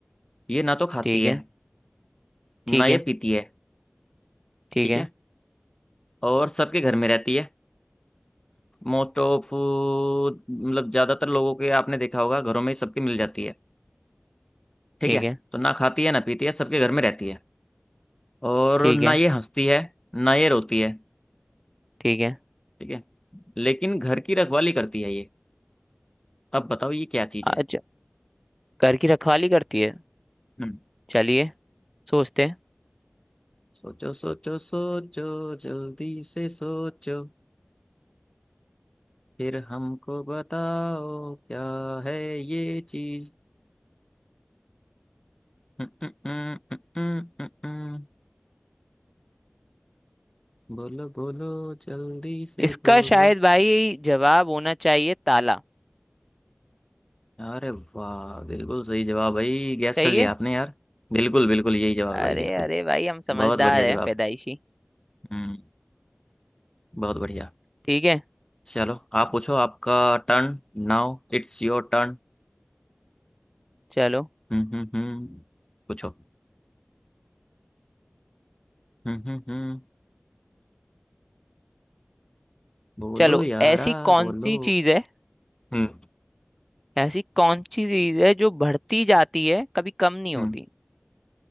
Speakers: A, on the left (about 20°); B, in the centre.
A: ये ना तो खाती
B: ठीक
A: है
B: है ठीक
A: ना ये
B: है
A: पीती है
B: ठीक
A: ठीक
B: है
A: है और सबके घर में रहती है मोस्ट ऑफ मतलब ज्यादातर लोगों के आपने देखा होगा घरों में सबके मिल जाती है ठीक
B: ठीक
A: है
B: है
A: तो ना खाती है ना पीती है सबके घर में रहती है और
B: ठीक
A: ना
B: है
A: ये हंसती है ना ये रोती है
B: ठीक है
A: ठीक है लेकिन घर की रखवाली करती है ये अब बताओ ये क्या चीज है
B: अच्छा घर की रखवाली करती है
A: हम्म
B: चलिए सोचते हैं
A: सोचो सोचो सोचो जल्दी से सोचो फिर हमको बताओ क्या है ये चीज हम्म, हम्म, हम्म, हम्म, हम्म, हम्म। बोलो बोलो जल्दी से
B: इसका
A: बोलो
B: शायद भाई जवाब होना चाहिए ताला
A: अरे वाह बिल्कुल सही जवाब भाई गैस
B: सही
A: कर लिया
B: है
A: आपने यार बिल्कुल बिल्कुल यही जवाब
B: अरे
A: भाई बिल्कुल
B: अरे भाई हम समझदार
A: बहुत बढ़िया
B: हैं
A: जवाब
B: पैदाइशी
A: हम्म बहुत बढ़िया
B: ठीक है
A: चलो आप पूछो आपका turn now it's your turn
B: चलो
A: हम्म हम्म हम्म पूछो हम्म हम्म हम्म बोलो
B: चलो
A: यारा
B: ऐसी कौन
A: बोलो
B: सी चीज है
A: हम्म
B: ऐसी कौन सी चीज है जो बढ़ती जाती है कभी कम नहीं
A: हम्म
B: होती